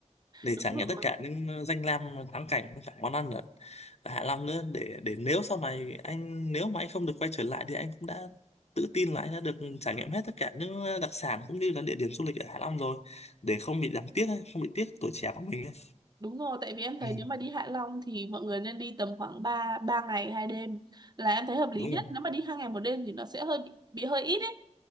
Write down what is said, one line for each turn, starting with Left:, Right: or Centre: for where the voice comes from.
Left: để
Right: Đúng
Left: trải nghiệm tất
Right: rồi,
Left: cả những ờ, danh lam ờ, thắng cảnh cả món ăn ở ở Hạ Long nữa để để nếu sau này anh nếu mà anh không được quay trở lại thì anh cũng đã tự tin là anh đã được trải nghiệm hết tất cả những ờ, đặc sản cũng như là địa điểm du lịch ở Hạ Long rồi để không bị đáng tiếc ấy, không bị tiếc tuổi trẻ của mình ấy.
Right: đúng rồi tại vì em thấy
Left: Ừ,
Right: nếu mà đi Hạ Long thì mọi người nên đi tầm khoảng 3 ba ngày hai đêm là em thấy hợp lý
Left: đúng
Right: nhất.
Left: rồi
Right: Nếu mà đi hai ngày một đêm thì nó sẽ hơi bị, bị hơi ít ấy.